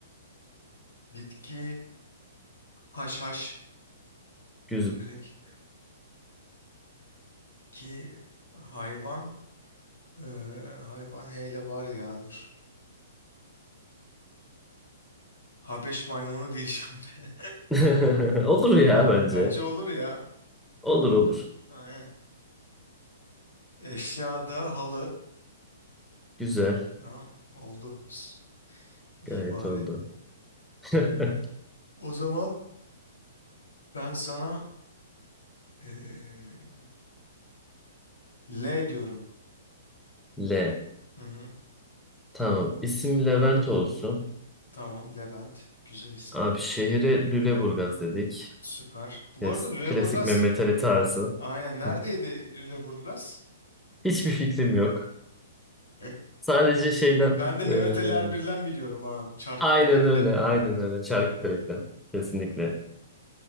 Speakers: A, on the left (about 80°); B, in the centre.
A: Bitki haşhaş
B: Güzel.
A: direkt ki hayvan eee, hayvan heyle var ya dur. Habeş maymunu diyeceğim de.
B: <laughs> Olur ya
A: <laughs>
B: bence.
A: Bence olur ya.
B: Olur olur.
A: Aynen. Eşyada halı.
B: Güzel.
A: Ha, oldu. S- İyi
B: Gayet
A: bari.
B: oldu. <laughs>
A: O zaman ben sana eee, L diyorum.
B: L.
A: Hı hı.
B: Tamam. İsim Levent olsun.
A: Tamam Levent. Güzel isim.
B: Abi şehri Lüleburgaz dedik.
A: Süper. Bu
B: Klas-
A: arada Lüleburgaz.
B: Klasik Mehmet Ali tarzı.
A: Aynen. Neredeydi
B: <laughs>
A: Lüleburgaz?
B: Hiçbir fikrim yok.
A: <laughs>
B: Sadece şeyden
A: Ben de
B: e,
A: Mehmet Ali Erbil'den biliyorum ha. Çarkıfelek'te.
B: aynen öyle aynen öyle Çarkıfelek'ten kesinlikle.